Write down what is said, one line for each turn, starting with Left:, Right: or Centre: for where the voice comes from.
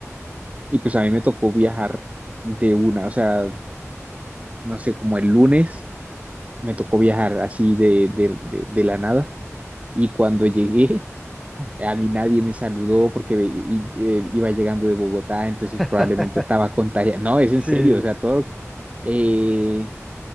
Right: Y pues a mí me tocó viajar de una, o sea, no sé, como el lunes me tocó viajar así de, de, de, de la nada. Y cuando <laughs> llegué,
Centre: mm.
Right: a mí nadie me saludó porque ve- y- eh, iba llegando de Bogotá, entonces
Centre: <laughs>
Right: probablemente estaba contagiado. No, es en
Centre: Sí,
Right: serio, o sea, todo... lo que- eh,